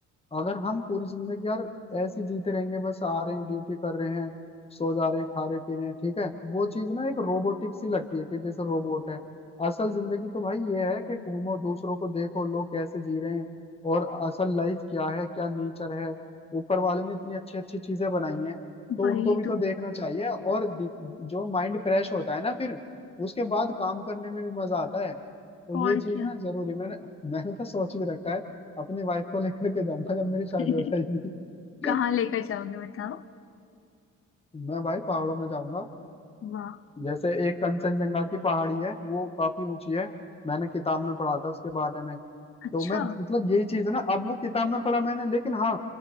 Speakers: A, on the left; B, on the left.
A: अगर हम पूरी जिंदगी यार ऐसे ही जीते रहेंगे बस आ रहे हैं ड्यूटी कर रहे हैं सो जा रहे हैं खा रहे पी रहे हैं ठीक है वो चीज ना एक रोबोटिक सी लगती है कि जैसे रोबोट है असल जिंदगी तो भाई ये है कि घूमो दूसरों को देखो लोग कैसे जी रहे हैं और असल लाइफ क्या है क्या नेचर है ऊपर वाले ने इतनी अच्छी अच्छी चीजें बनाई हैं तो
B: वही
A: उनको भी तो
B: तो
A: देखना चाहिए और दि- जो माइंड फ्रेश होता है ना फिर उसके बाद काम करने में भी मजा आता है तो
B: और
A: ये चीज
B: क्या
A: ना जरूरी मैंने मैंने तो सोच भी रखा है अपनी वाइफ को लेकर के जाऊंगा जब मेरी शादी
B: <laughs>
A: हो जाएगी
B: कहाँ
A: <laughs>
B: लेकर जाओगे बताओ
A: मैं भाई पहाड़ों में जाऊंगा
B: वाह
A: जैसे एक कंचनजंगा की पहाड़ी है वो काफी ऊंची है मैंने किताब में पढ़ा था उसके बारे में
B: अच्छा
A: तो मैं मतलब यही चीज है ना अब वो किताब में पढ़ा मैंने लेकिन हाँ